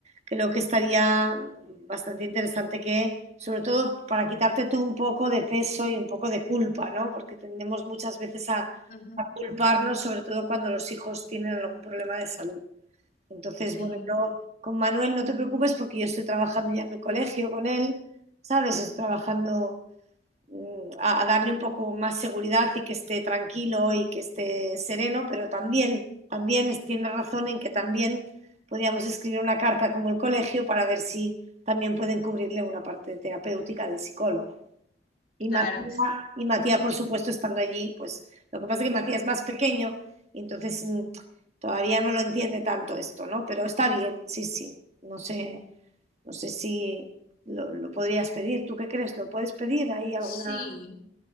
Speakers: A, on the right; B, on the left.
A: creo que estaría bastante interesante que, sobre todo para quitarte tú un poco de peso y un poco de culpa, ¿no? Porque tendemos muchas veces a
B: Ujú.
A: a culparnos, sobre todo cuando los hijos tienen algún problema de salud. Entonces,
B: Sí,
A: bueno, yo con Manuel no te preocupes porque yo estoy trabajando ya en el colegio con él, ¿sabes? Estoy trabajando mm, a, a darle un poco más seguridad y que esté tranquilo y que esté sereno, pero también, también es- tiene razón en que también podríamos escribir una carta como el colegio para ver si también pueden cubrirle una parte terapéutica del psicólogo. Y
B: claro.
A: Matías, y Matías, por supuesto, estando allí, pues lo que pasa es que Matías es más pequeño y entonces mm, todavía no lo entiende tanto esto, ¿no? Pero está bien, sí, sí. No sé, no sé si lo, lo podrías pedir. ¿Tú qué crees? ¿Lo puedes pedir? ¿Hay alguna
B: Sí.